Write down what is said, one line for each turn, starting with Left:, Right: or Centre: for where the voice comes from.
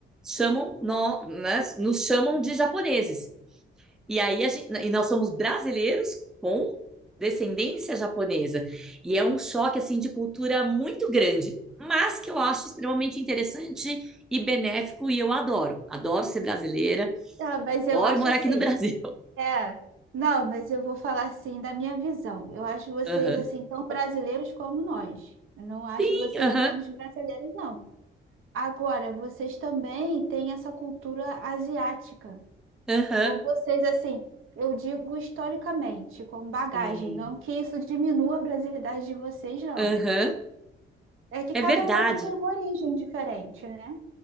Centre: chamam, nó- né, nos chamam de japoneses. E aí a gente, e nós somos brasileiros com descendência japonesa. E é um choque assim de cultura muito grande, mas que eu acho extremamente interessante e benéfico e eu adoro. Adoro ser brasileira,
Right: Ah, mas eu
Centre: adoro
Right: acho
Centre: morar
Right: assim.
Centre: aqui no <laughs> Brasil.
Right: É. Não, mas eu vou falar assim da minha visão. Eu acho vocês
Centre: Aham.
Right: assim tão brasileiros como nós. Eu não acho
Centre: Sim,
Right: vocês
Centre: aham,
Right: menos brasileiros, não. Agora, vocês também têm essa cultura asiática.
Centre: aham.
Right: Com vocês, assim, eu digo historicamente, como bagagem.
Centre: Sim.
Right: Não que isso diminua a brasilidade de vocês, não.
Centre: Aham.
Right: É que
Centre: É
Right: cada
Centre: verdade.
Right: um aqui tem uma origem diferente, né?